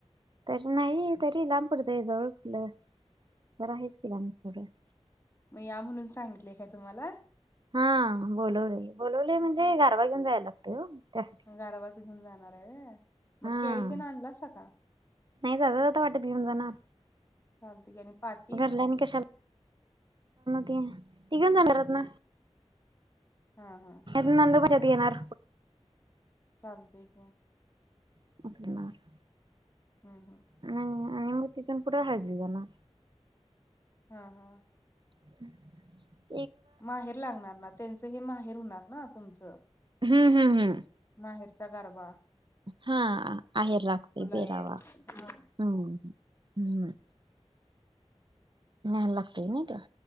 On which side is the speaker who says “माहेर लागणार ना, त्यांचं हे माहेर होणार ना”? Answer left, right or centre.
Left